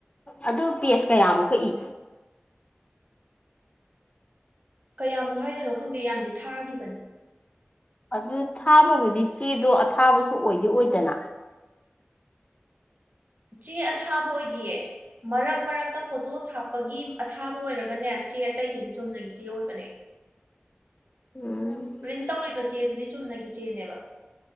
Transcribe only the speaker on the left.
ꯑꯗꯨ ꯄꯦꯁ ꯀꯌꯥꯃꯨꯛ ꯀ ꯏ
ꯑꯗꯨ ꯊꯥꯕꯕꯨꯗꯤ ꯆꯦꯗꯣ ꯑꯊꯥꯕꯁꯨ ꯑꯣꯏꯗꯤ ꯑꯣꯏꯗꯅ
ꯎꯝ